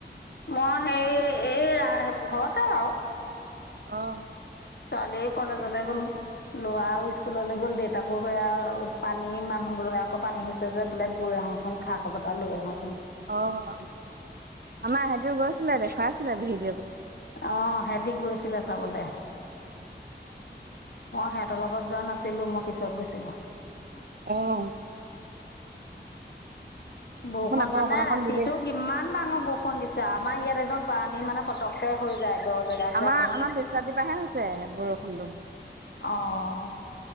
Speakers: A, on the left (about 65°); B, on the right (about 60°).
A: মই হেৰি এই ৰা ঘৰতে আও।
B: অহ।
A: ছোৱালীয়ে কলেজলৈ গ'ল লৰাও স্কুললৈ গ'ল দেত তাকো সেয়াও পানী মানুহ বোলে আকৌ পানী হৈছে যে বোলে গৈ আহোচোন খা খবৰ এটা লৈ আহো
B: অ আমাৰ সিহতে গৈছিলে দেখ খোৱাইছিলে ভিড
A: অহ সেতি গৈছিলে চাবলে। মই সিহঁতৰ লগত যোৱা নাছিলো মই পিছত গৈছিলো।
B: অহ।
A: <inaudible> বৰষুণ
B: আকৌ
A: মানে
B: অকন অকন
A: ৰাতিটো
B: দিলেই
A: কিমান ডাঙৰ বৰষুণ দিছে আমাৰ ইয়াত একদম পানী মানে পতককে হৈ যায়। দ জেগা যে
B: আমাৰ
A: অকমান
B: আমাৰ পিছ ৰাতি পাহে হৈছে বৰষুণটো,
A: অঁ